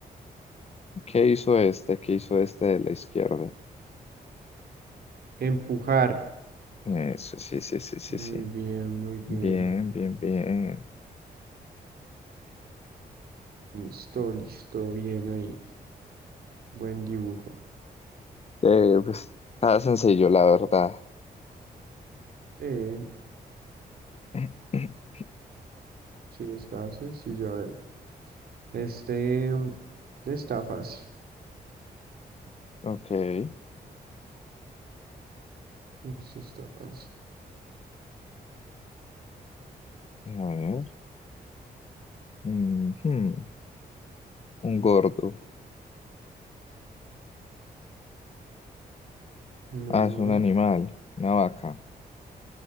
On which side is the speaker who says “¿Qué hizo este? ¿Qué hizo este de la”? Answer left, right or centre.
Left